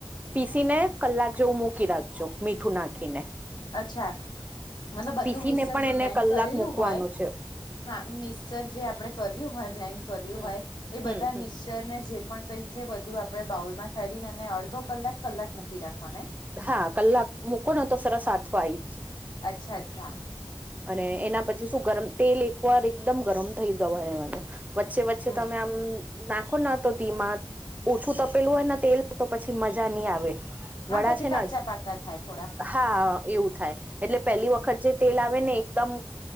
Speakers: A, on the right; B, on the left.
A: પીસી ને કલાક જેવું મૂકી રાખજો મીઠું નાખીને
B: અચ્છા મતલબ
A: પીસીને
B: બધું મિક્સર
A: પણ
B: જે
A: એને
B: બ્લેન્ડ
A: કલાક
B: કરેલું
A: મૂકવાનું
B: હોય
A: છે
B: હા. મિક્સર જે આપડણે કર્યું હોય બ્લેન્ડ કર્યું
A: હમ
B: હોય એ
A: હમ
B: બધા
A: હમ
B: મિક્સ ર ને જે પણ કઈ છે બધું આપણે બાઉલ માં કાઢીને અને અડધો કલાક કલાક મૂકી રાખવા એમ
A: હા કલાક મુકો ને તો સરસ આથો આઈ
B: અચ્છા અચ્છા
A: અને એના પછી શું ગરમ તેલ એકવાર એકદમ ગરમ થઈ દવા એવાનું વચ્ચે વચ્ચે
B: હમ
A: તમે આમ નાખો ના તો ધીમા ઓછું તપેલું હોય તેલ તો પછી મજા નહી આવે.
B: હા
A: વડા
B: પછી
A: છે ને
B: કાચા પાકા થાય થોડા
A: હા એવું થાય એટલે પેલી વખત જે તેલ આવે. ને એકદમ